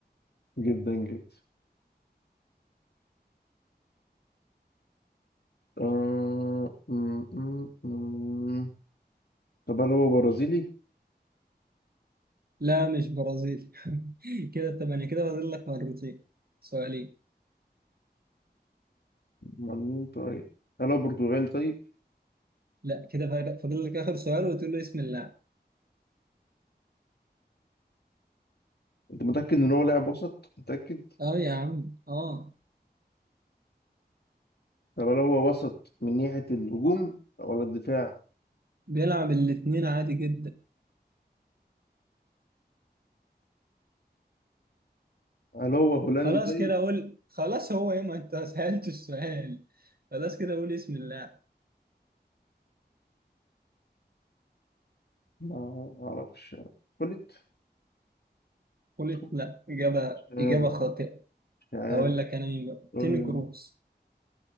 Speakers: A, on the left; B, on the right.
A: جدا جدا آه... مم، مم، مم. طب هل هو برازيلي؟
B: لا مش برازيلي <laughs> كده ثمانية كده فاضل لك مرتين سؤالين
A: أمال مين طيب؟ هل هو برتغالي طيب؟
B: لا كده فاضل فاضل لك آخر سؤال وتقول له اسم اللاعب
A: أنت متأكد إن هو لاعب وسط؟ متأكد؟
B: اه يا عم اه
A: طب هل هو وسط من ناحية الهجوم ولا الدفاع؟
B: بيلعب الاتنين عادي جدا
A: هل هو هولندي
B: خلاص
A: طيب؟
B: كده اقول خلاص هو ايه ما انت <laughs> سألت السؤال خلاص كده اقول اسم الله
A: ما أعرفش قلت
B: قلت
A: مش
B: لا اجابه
A: عارف
B: اجابه خاطئه
A: مش عارف
B: هقول لك انا مين بقى
A: قول
B: توني
A: لي
B: كروس